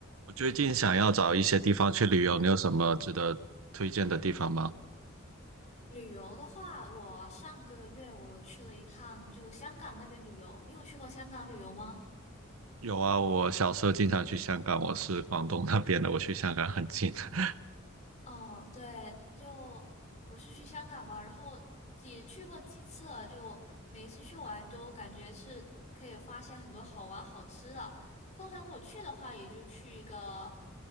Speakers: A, on the right; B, on the left.
A: 我最近想要找一些地方去旅游，你有什么值得推荐的地方吗？
B: 旅游的话，我上个月我有去了一趟，就香港那边旅游。你有去过香港旅游吗？
A: 有啊，我小时候经常去香港，我是广东那边的，我去香港很近。<laughs>
B: 哦，对，就我是去香港吧，然后也去过几次了，就每一次去玩都感觉是可以发现很多好玩好吃的。通常我去的话，也就去一个，